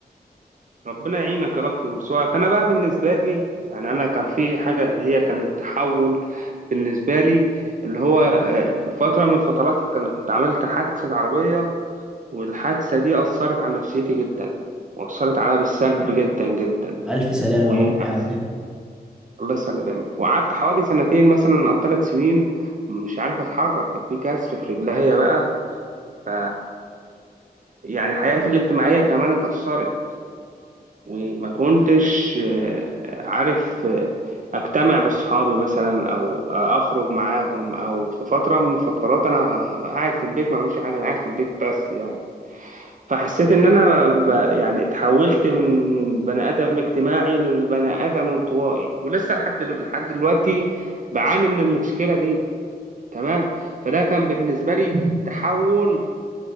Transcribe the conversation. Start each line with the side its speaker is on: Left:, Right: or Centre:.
Right: ربنا يعينك يا رب ويرزقك أنا بقى بالنسبة لي يعني أنا كان في حاجة اللي هي كانت تحول بالنسبة لي اللي هو آه، في فترة من الفترات كان- كنت عملت حادثة عربية والحادثة دي أثرت على نفسيتي جدا وأثرت عليا بالسلب جدا جدا
Centre: ألف سلامة
Right: وأحسن
Centre: أول حاجة
Right: الله يسلمك وقعدت حوالي سنتين مثلا أو ثلاث سنين مش عارف أتحرك كان في كسر في رجليا بقى ف يعني حياتي الاجتماعية كمان اتأثرت وما كنتش آه، عارف آه، أجتمع بأصحابي مثلا أو آه، أخرج معاهم أو في فترة من فترات أنا قاعد في البيت ما بعملش حاجة أنا قاعد في البيت بس يعني فحسيت ان انا ب... يعني اتحولت من بني ادم اجتماعي لبني ادم انطوائي ولسه لحد دل- لحد دلوقتي بعاني من المشكله دي تمام فده كان بالنسبه لي تحول